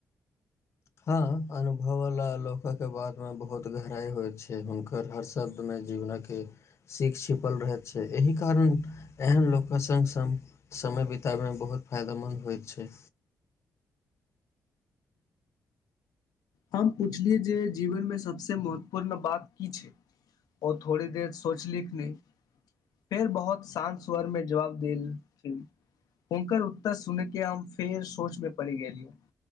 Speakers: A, on the left; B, on the left.
A: हँ अनुभववला लोकके बादमे बहुत गहराइ होइत छै हुनकर हर शब्दमे जीवनके सीख छिपल रहैत छै एहि कारण एहन लोकके सङ्ग सङ्ग समय बिताबयमे बहुत फायदामन्द होइत छै
B: हम पुछलिय जे जीवन में सबस महत्वपूर्ण बात की छै ओ थोड़ी देर सोचलिख नहि फेर बहुत शान्त स्वर में जवाब देल छै हुनकर उत्तर सुन के हम फेर सोच मे पड़ि गेलिय